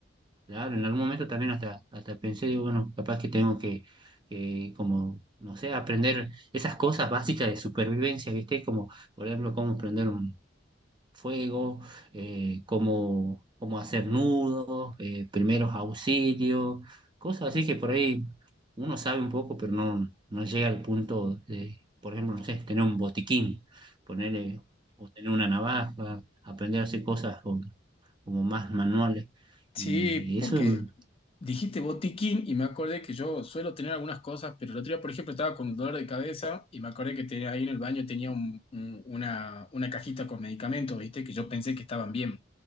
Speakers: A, on the right (about 25°); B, on the left (about 30°).
A: claro, en algún momento también hasta, hasta pensé, digo, bueno, capaz que tengo que, que como, no sé, aprender esas cosas básicas de supervivencia, ¿viste? Como, por ejemplo, cómo prender un fuego, eh, cómo, cómo hacer nudos, eh, primeros auxilios, cosas así que por ahí uno sabe un poco, pero no, no llega al punto de, por ejemplo, no sé, tener un botiquín, ponerle o tener una navaja, aprender a hacer cosas con- como más manuales.
B: Sí,
A: Y eso,
B: porque
A: mm,
B: dijiste botiquín y me acordé que yo suelo tener algunas cosas, pero el otro día, por ejemplo, estaba con un dolor de cabeza y me acordé que tenía, ahí en el baño tenía un- un- una, una cajita con medicamentos, ¿viste? Que yo pensé que estaban bien.